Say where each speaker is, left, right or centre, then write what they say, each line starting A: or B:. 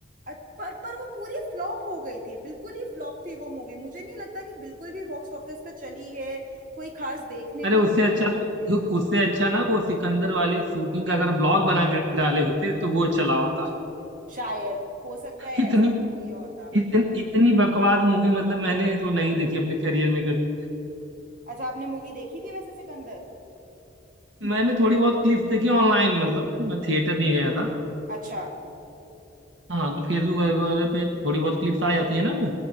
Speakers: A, on the right; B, on the right.
A: अ- पर पर वो पूरी फ्लॉप हो गई थी बिल्कुल ही फ्लॉप थी वो मूवी मुझे नहीं लगता कि बिल्कुल भी बॉक्स ऑफिस पे चली है कोई खास देखने
B: अरे उससे
A: भी गया
B: अच्छा
A: है वो
B: तो
A: मूवी
B: उससे अच्छा ना वो सिकंदर वाली शूटिंग का अगर ब्लॉग बना के डाले होते तो वो चला होता
A: शायद हो सकता है
B: इतनी
A: ऐसा हो किया होता
B: इतन, इतनी बकवास मूवी मतलब मैंने तो नहीं देखी अपने करियर में कभी
A: अच्छा आपने मूवी देखी थी वैसे सिकंदर
B: मैंने थोड़ी बहुत क्लिप्स देखी ऑनलाइन मतलब मैं थिएटर नहीं गया था
A: अच्छा
B: हाँ तो फेसबुक वगैरह पे थोड़ी बहुत क्लिप्स आ जाती है ना वो